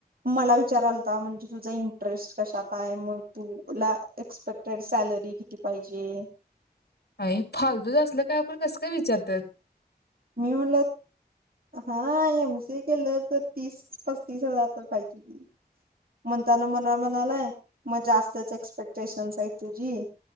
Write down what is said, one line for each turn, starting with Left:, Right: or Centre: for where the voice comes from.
Right: मला विचारालता म्हणजे तुझा इंटरेस्ट कशात? काय मग तुला, एक्सपेक्टेड सॅलरी किती पाहिजे?
Left: आणि फालतूच असलं काय? आपण कसं काय विचारतायत.
Right: मी म्हटलं, हा- एम सी ए केलं तर तीस पस्तीस हजार तर पाहिजेच. म्हणताना मला म्हणालाय म जास्तच एक्सपेक्टेशनस आहे तुझी...